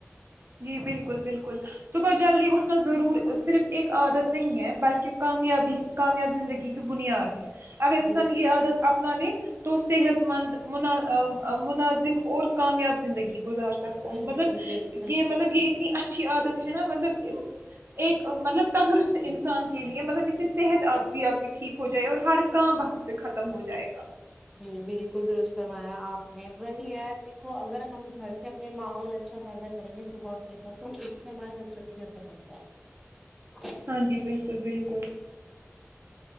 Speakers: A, on the right; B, in the centre.
A: جی بالکل بالکل صبح جلدی اٹھنا ضرور صرف ایک عادت نہیں ہے بلکہ کامیابی کامیاب زندگی کی بنیاد ہے اگر انسان
B: جی،
A: یہ عادت اپنانے <unintelligible> تو صحت مند مناظم اور کامیاب زندگی گزار <unintelligible> سکتا
B: بالکل،
A: ہے مطلب <unintelligible>
B: بالکل،
A: کہ مطلب کہ <unintelligible> اتنی اچھی عادت ہے نا مطلب ایک مطلب تندرست انسان کے لیے مطلب اس سے صحت اب بھی آپ کی ٹھیک ہو جائے اور ہر کام وقت پہ ختم ہو جائے گا <unintelligible>
B: جی بالکل درست فرمایا آپ نے وہی ہے دیکھو اگر ہم گھر سے اپنے ماحول اچھا پیدا کریں گے صبح اٹھنے کا تو اس سے ہمارے بچوں پہ بھی اثر پڑتا ہے <unintelligible>
A: ہاں جی بالکل بالکل <unintelligible>